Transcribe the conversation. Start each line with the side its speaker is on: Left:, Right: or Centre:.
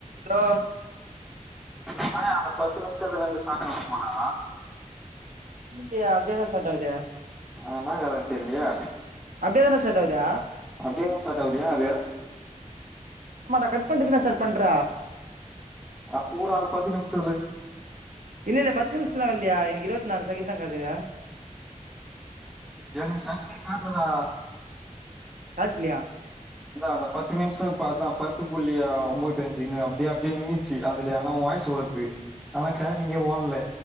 Right: Hello
Centre: நம அந்த பத்து நிமிஷத்துல இருந்து <unintelligible> போனா
Right: இல்ந்தையா அப்படியதாம் ஸ்டார்ட் ஆகுது
Centre: ஆஹ் நான் கத தெரிலியே
Right: அப்டியே தான ஸ்டார்ட் ஆகுது
Centre: அப்படியதான் ஸ்டார்ட் ஆகுது ஏன் அது
Right: ஆமாடா கட் பண்டு தானே ஸ்டார்ட் பண்ற
Centre: அப்பூட பத்து நிமிஷம்
Right: இல்ல இல்ல பத்து நிமிஷல வல்லயா எனக்கு இருவத்த நாலு சகந்ததா காட்டுது
Centre: என்னுக்கு சங்கல காட்லடா
Right: காட்லயா
Centre: அதான் பத்து நிமிஷம் பான் பத்து புள்ளி ஐ ம்பத்தி அஞ்சுன்னு அப்படியே அப்படியே நின்னுச்சு அதுல ஆனா உன் வாய்ஸு வருது ஆனா டைமிங்கே ஓட் ல